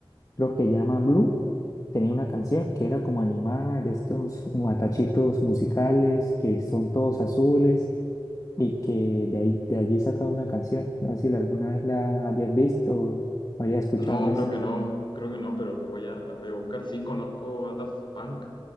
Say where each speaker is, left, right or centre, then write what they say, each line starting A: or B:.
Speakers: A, on the left; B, on the left.
A: lo que llama Blue. tenía una canción que era como animada de estos matachitos musicales que son todos azules y que de ahí, de allí sacaba una canción. No sé si alguna vez la hayas visto o hayas escuchado
B: No,
A: eso.
B: creo que no, creo que no, pero la voy a, la voy a buscar. Sí, conozco a Daft Punk,